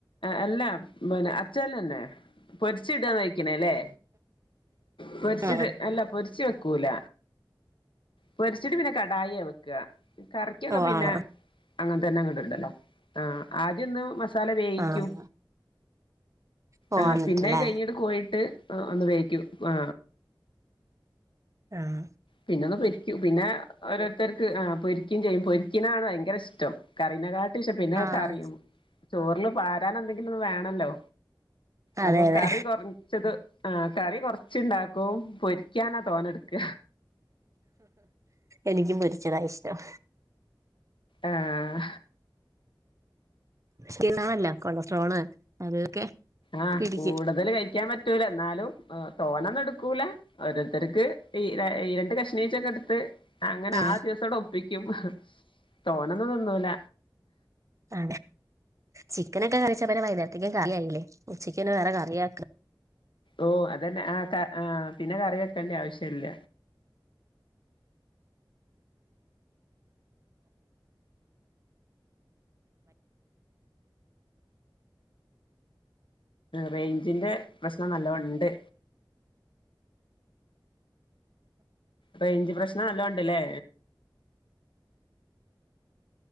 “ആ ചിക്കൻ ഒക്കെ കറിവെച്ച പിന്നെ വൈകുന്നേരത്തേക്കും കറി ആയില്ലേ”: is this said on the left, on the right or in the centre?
Right